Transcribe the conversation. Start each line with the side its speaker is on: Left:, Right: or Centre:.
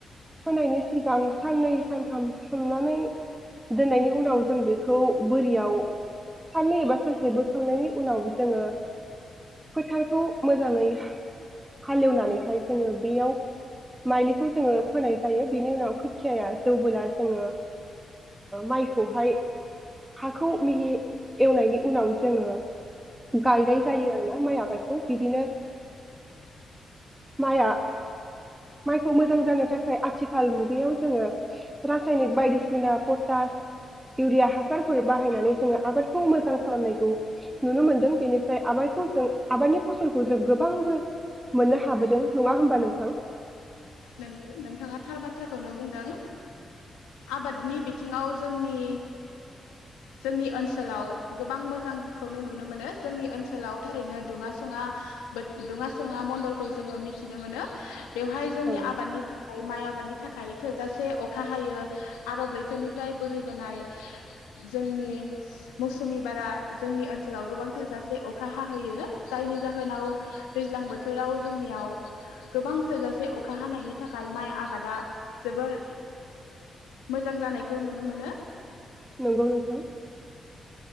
Right: फोनायनि सिगां साननै सानथाम सोमनानै दोननायनि उनाव जों बेखौ बोरियाव साननै एबा सानसे बोखांनायनि उनाव जोङो फोथारखौ मोजाङै हालेवनानैहाय जोङो बेयाव माइलिखौ जोङो फोनाय जायो बेनि उनाव खोथियाया जौबोला जोङो माइखौहाय हाखौ मिहि एवनायनि उनाव जोङो गायनाय जायो आरोना माइ आबाद औ बिदिनो माइआ माइखौ मोजां जानो थाखाय आथिखाल मुगायाव जोङो रासायनिक बायदिसिना पटास। इउरिया हासारफोर बाहायनानै जोङो आबादखौ मोजां खालामनायखौ नुनो मोनदों बेनिफ्राय आबादखौ जों आबादनि फसलखौ जों गोबांबो मोननो हाबोदों नङा होमबा नोंथां।
Left: नंगौ नोंथाङा थार बाथ्राखौनो बुंदों आबादनि बिथिङाव जोंनि जोंनि ओनसोलाव गोबां मोजांखौनो नुनो मोनो जोंनि ओनसोलाव थारैनो दुङा सुङा दुङा सङा मडलखौ जोङो मिथिनो मोनो बेवहाय। जोंनि
Right: औ
Left: आबादनि थाखाय माइ। आबादनि थाखाय थोजासे अखा हायो आरब लैथोरनिफ्राय बोहैबोनाय जोंनि मौसुमि बारा जोंनि ओनसोलाव गोबां थोजासे अखा हाहैयो जायनि जाहोनाव दैज्लां बोथोराव जोंनियाव गोबां थोजासे। अखा हानायनि थाखाय माइ आबादा जोबोर मोजां जानायखौ नुनो मोनो।
Right: नंगौ नोंथां।